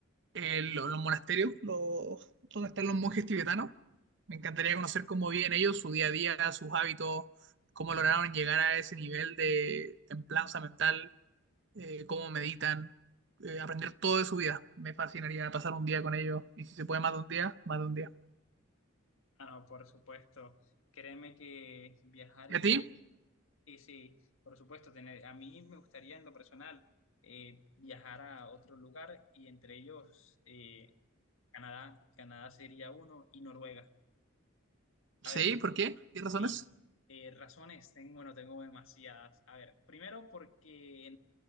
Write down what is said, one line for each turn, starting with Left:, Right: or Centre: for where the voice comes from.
Right: eh, lo- los monasterios, los, donde están los monjes tibetanos. Me encantaría conocer cómo viven ellos, su día a día, sus hábitos, cómo lograron llegar a ese nivel de templanza mental, eh, cómo meditan, eh, aprender todo de su vida. Me fascinaría pasar un día con ellos y si se puede más de un día, más de un día.
Left: Ah, no, por supuesto. Créeme que viajar
Right: ¿Y
Left: y
Right: a
Left: tener
Right: ti?
Left: Sí, sí, por supuesto, tener, a mí me gustaría en lo personal eh, viajar a otro lugar y entre ellos eh, Canadá, Canadá sería uno y Noruega. A
Right: Sí,
Left: ver,
Right: ¿por qué? ¿Qué razones?
Left: sí, eh, razones, tengo, bueno, tengo demasiadas. A ver, primero porque